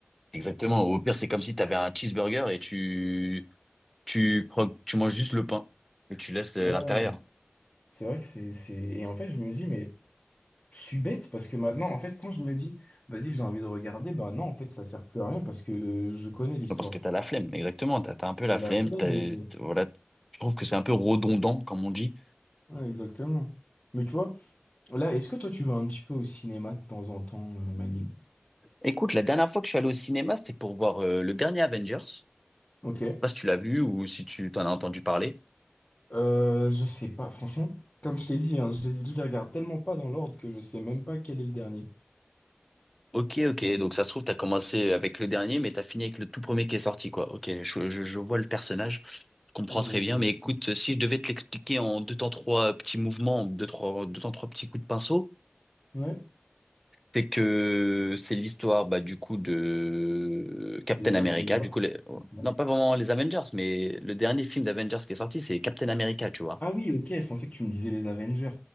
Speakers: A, in the centre; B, on the left.
A: Exactement. Au pire, c'est comme si tu avais un cheeseburger et tu, tu, croques- tu manges juste le pain et tu laisses le-
B: Ouais,
A: l'intérieur.
B: ouais, ouais. c'est vrai que c'est, c'est... Et en fait, je me dis, mais je suis bête parce que maintenant, en fait, quand je me dis, vas-y, j'ai envie de regarder, bah non, en fait, ça sert plus à rien parce que euh, je connais l'histoire.
A: Parce que t'as la flemme, exactement. T'as, t'as un peu la
B: J'ai
A: flemme.
B: la flemme
A: T'as, t-
B: et...
A: voilà. Je trouve que c'est un peu redondant, comme on dit.
B: Ouais, exactement. Mais tu vois, là, est-ce que toi, tu vas un petit peu au cinéma de temps en temps, euh, Manil?
A: Écoute, la dernière fois que je suis allé au cinéma, c'était pour voir euh, le dernier Avengers. Je
B: Ok.
A: sais pas si tu l'as vu ou si tu t'en as entendu parler.
B: Euh, je sais pas, franchement, comme je t'ai dit, hein, je les, je les regarde tellement pas dans l'ordre que je sais même pas quel est le dernier.
A: Ok, ok. Donc ça se trouve, t'as commencé avec le dernier, mais t'as fini avec le tout premier qui est sorti, quoi. Ok, je, je, je vois le personnage. Je comprends
B: Et,
A: très bien.
B: euh,
A: Mais écoute, si je devais te l'expliquer en deux temps trois petits mouvements, deux, trois, deux temps trois petits coups de pinceau,
B: ouais,
A: c'est que c'est l'histoire, bah, du coup, de Captain
B: des
A: America.
B: Avengers.
A: Du coup, les-
B: Bon.
A: non, pas vraiment les Avengers, mais le dernier film d'Avengers qui est sorti, c'est Captain America, tu vois.
B: Ah oui, ok, je pensais que tu me disais les Avengers.